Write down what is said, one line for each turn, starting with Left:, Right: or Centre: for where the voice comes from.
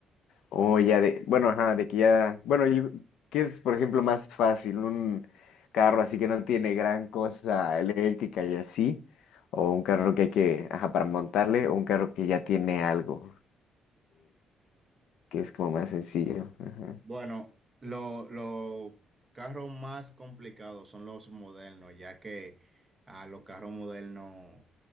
Left: O ya de, bueno, ajá, de que ya, bueno, yo- ¿qué es, por ejemplo, más fácil? ¿Un carro así que no tiene gran cosa eléctrica y así? ¿O un carro que hay que, ajá, para montarle? ¿O un carro que ya tiene algo? que es como más sencillo. Ajá.
Right: Bueno, lo los carros más complicados son los modernos, ya que a los carros modernos